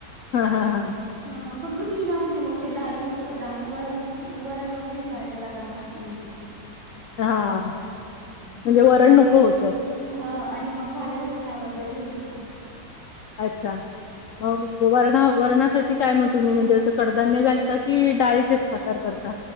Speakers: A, on the left; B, on the right.
A: हां हां हां
B: हं फक्त ती नां म्हणजे मंग ते डाळींचं डा वरण वरण वगैरें डाळीचं प्रकार खातं नाहीं तं
A: हां म्हणजे वरण नंको होतं
B: आणि मंग भालेभाज्यां वगैरें हे खातांत
A: अच्छा मंग वर्ण वर्णासाठी कायं मंग तुम्हीं म्हणजे असं कडधान्यं घालता की डाळीचेचं प्रकार करतां